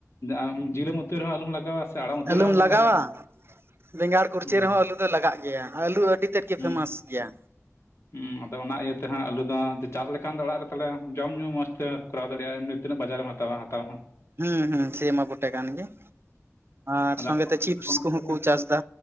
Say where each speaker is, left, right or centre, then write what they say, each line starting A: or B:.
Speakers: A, on the left; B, on the right.
A: ᱟᱢ ᱡᱤᱞᱮᱢ ᱩᱛᱩᱭ ᱨᱮᱦᱚᱸ ᱟᱞᱩᱢ ᱞᱟᱜᱟᱣᱟ, ᱥᱮ ᱟᱲᱟᱜ ᱩᱛᱩᱭ
B: ᱟᱞᱩᱢ
A: ᱨᱮᱦᱚᱸ ᱟᱞᱚᱢ
B: ᱞᱟᱜᱟᱣᱟ, ᱵᱮᱸᱜᱟᱲ ᱠᱩᱲᱪᱟᱹ
A: ᱦᱩᱸ
B: ᱨᱮᱦᱚᱸ ᱟᱞᱩ ᱫᱚ ᱞᱟᱜᱟᱜ ᱜᱮᱭᱟ ᱟᱞᱩ ᱟᱹᱰᱤ ᱛᱮᱫ ᱜᱮ
A: ᱦᱩᱸ
B: ᱯᱷᱮᱢᱟᱥ ᱜᱮᱭᱟ,
A: ᱦᱩᱸ ᱟᱫᱚ ᱚᱱᱟ ᱤᱭᱟᱹᱛᱮ ᱦᱟᱸᱜ ᱟᱞᱩ ᱫᱚ ᱪᱟᱥ ᱞᱮᱠᱷᱟᱱ ᱫᱚ ᱚᱲᱟᱜ ᱨᱮ ᱛᱟᱦᱚᱞᱮ ᱡᱚᱢ ᱧᱩ ᱢᱚᱡᱽ ᱛᱮ ᱠᱚᱨᱟᱣ ᱫᱟᱲᱮᱭᱟᱜᱼᱟ ᱮᱢᱱᱤ, ᱛᱤᱱᱟᱹᱜ ᱵᱟᱡᱟᱨᱮᱢ ᱦᱟᱛᱟᱣᱟ ᱦᱟᱣᱟ ᱦᱚᱸ,
B: ᱦᱩᱸ ᱦᱩᱸ ᱥᱮ ᱢᱟ ᱵᱚᱴᱮ ᱠᱟᱱ ᱜᱮ ᱟᱨ
A: ᱟᱫᱚ ᱟᱯᱮ ᱚᱱᱟ
B: ᱥᱚᱸᱜᱮ ᱛᱮ ᱪᱤᱯᱥ ᱠᱚᱦᱚᱸ
A: ᱠᱚᱨᱮ
B: ᱠᱚ ᱪᱟᱥ ᱮᱫᱟ,